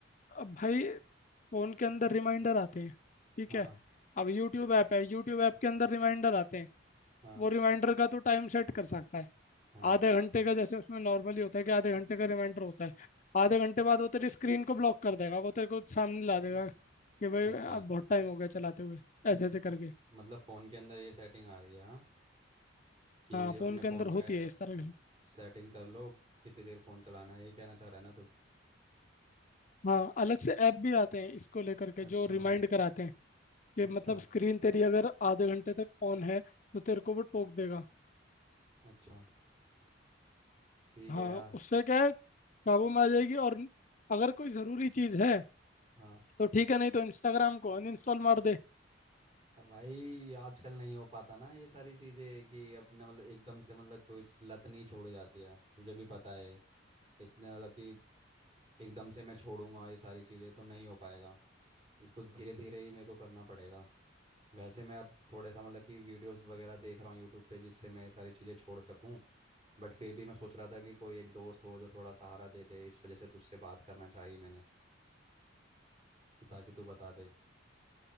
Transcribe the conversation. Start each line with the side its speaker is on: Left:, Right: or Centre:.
Left: अब भाई फ़ोन के अंदर रिमाइंडर आते हैं ठीक
Right: हाँ
Left: है अब यूट्यूब ऐप है यूट्यूब ऐप के अंदर रिमाइंडर आते हैं
Right: हाँ
Left: वो रिमाइंडर का तो टाइम सेट कर सकता है
Right: हाँ
Left: आधे घंटे का जैसे उसमें नॉर्मली होता है कि आधे घंटे का रिमाइंडर होता है आधे घंटे बाद वो तेरी स्क्रीन को ब्लॉक कर देगा वो तेरे को सामने ला देगा कि भाई
Right: अच्छा
Left: अब बहुत टाइम हो गया चलाते हुए ऐसे ऐसे करके
Right: मतलब फ़ोन के अंदर ये सेटिंग आ रही है हाँ कि
Left: हाँ फ़ोन
Right: अपने
Left: के
Right: फ़ोन
Left: अंदर
Right: में
Left: होती है इस तरह की
Right: सेटिंग कर लो कितनी देर फ़ोन चलाना है यही कहना चाह रहा है ना तू
Left: हाँ अलग से ऐप भी आते हैं इसको लेकर के
Right: अच्छा
Left: जो रिमाइंड कराते हैं कि
Right: अच्छा
Left: मतलब स्क्रीन तेरी अगर आधे घंटे तक ऑन है तो तेरे को वो टोक देगा
Right: अच्छा ठीक
Left: हाँ
Right: है यार
Left: उससे क्या है काबू में आ जाएगी और अगर कोई ज़रूरी चीज़ है
Right: हाँ
Left: तो ठीक है नहीं तो इंस्टाग्राम को अनइंस्टॉल मार दे
Right: भाई आजकल नहीं हो पाता ना ये सारी चीज़ें कि अपने मतलब एकदम से मतलब कोई लत नहीं छोड़ी जाती है तुझे भी पता है इतने मतलब कि एकदम से मैं छोड़ूंगा ये सारी चीज़ें तो नहीं हो पाएगा इसको धीरे धीरे ही मेरे को करना पड़ेगा वैसे मैं अब थोड़ा सा मतलब कि वीडियोस वगैरह देख रहा हूँ यूट्यूब पे जिससे मैं ये सारी चीज़ें छोड़ सकूँ बट फिर भी मैं सोच रहा था कि कोई एक दोस्त हो जो थोड़ा सहारा दे दे इस वजह से तुझसे बात करना चाहिए मैंने कि ताकि तू बता दे